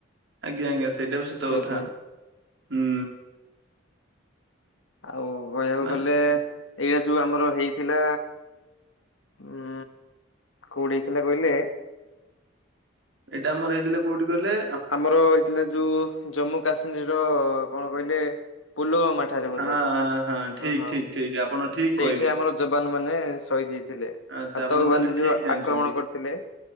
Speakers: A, on the right (about 60°); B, on the left (about 80°).
A: ଆଜ୍ଞା ଆଜ୍ଞା ସେଇଟା ବି ସତ
B: ସେଇଥିପାଇଁ
A: କଥା ହୁଁ।
B: ଆଉ କହିଆକୁ
A: ମାନେ
B: ଗଲେ ଏଇଟା ଯୋଉ ଆମର ହେଇଥିଲା ଉଁ କୋଉଠି ହେଇଥିଲା କହିଲେ
A: ଏଇଟା ଆମର ହେଇଥିଲେ କୋଉଠି କହିଲେ
B: ଆମର ହେଇଥିଲା ଯୋଉ ଜମ୍ମୁ କାଶ୍ମୀରର କଣ କହିଲେ ପୁଲୱାମା ଠାରେ ବୋଧେ
A: ହଁ ହଁ ଠିକ
B: ହଁ ହଁ
A: ଠିକ ଠିକ ଆପଣ ଠିକ
B: ସେଇଠି
A: କହିଲେ।
B: ଆମର ଯବାନ ମାନେ ସହିଦ ହେଇଥିଲେ।
A: ଆଚ୍ଛା
B: ଆତଙ୍କବାଦି
A: ଆପଣ ତାହେଲେ ଠିକ
B: ଯୋଉ
A: ଜାଣିଛନ୍ତି
B: ଆକ୍ରମଣ କରିଥିଲେ